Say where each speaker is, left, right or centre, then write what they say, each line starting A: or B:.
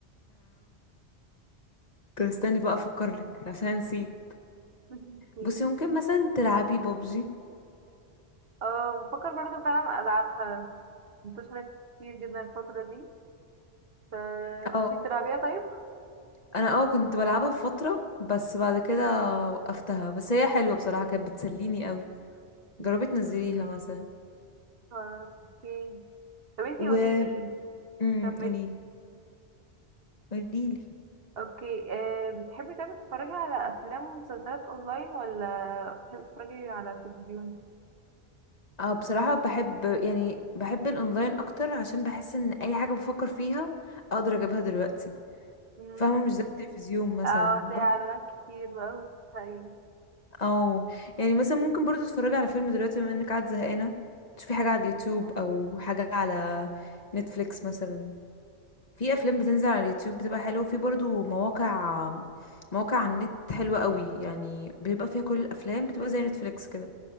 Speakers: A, on the left; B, on the right.
A: كنت استني بقى افكرلك عشان نسيت
B: <laughs> مم.
A: بصي ممكن مثلا تلعبي ببجي
B: اه بفكر برضه فعلا العبها منتشرة كتير جدا الفترة دي ف
A: اه
B: انتي بتلعبيها طيب؟
A: انا اه كنت بلعبها في فترة بس بعد كده وقفتها بس هي حلوة بصراحة كانت بتسليني قوي
B: مم.
A: جربي تنزليها مثلا
B: خلاص اوكي طب انتي
A: و
B: قوليلي
A: امم
B: كملي
A: قوليلي قوليلي
B: اوكي أه بتحبي دايما تتفرجي على افلام ومسلسلات اونلاين ولا بتحبي تتفرجي على التلفزيون
A: اه بصراحة بحب يعني بحب الاونلاين اكتر عشان بحس ان اي حاجة بفكر فيها اقدر اجيبها دلوقتي
B: مم.
A: فاهمة مش زي التلفزيون مثلا
B: اه هتلاقي اعلانات كتير بقى وتتهيأ.
A: او يعني مثلا ممكن برضو تتفرجي على فيلم دلوقتي بما انك قاعد زهقانه تشوفي حاجه على اليوتيوب او حاجه على نتفليكس مثلا في
B: مم.
A: افلام بتنزل على اليوتيوب بتبقى حلوه وفي برضو مواقع مواقع على النت حلوه قوي يعني بيبقى فيها كل الافلام بتبقى زي نتفليكس كده